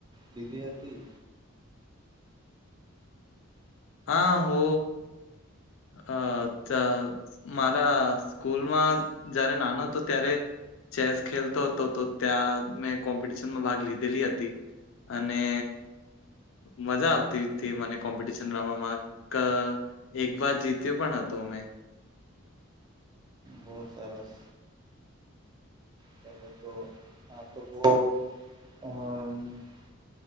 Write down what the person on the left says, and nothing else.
હા હો અ ત મારા સ્કૂલમાં જયારે નાનો હતો ત્યારે ચેસ ખેલતો હતો તો ત્યાં મેં કોમ્પિટિશનમાં ભાગ લીધેલી હતી અને મજા આવતી હતી મને કોમ્પિટિશન રમવામાં ક વાત જીત્યું પણ હતું અમે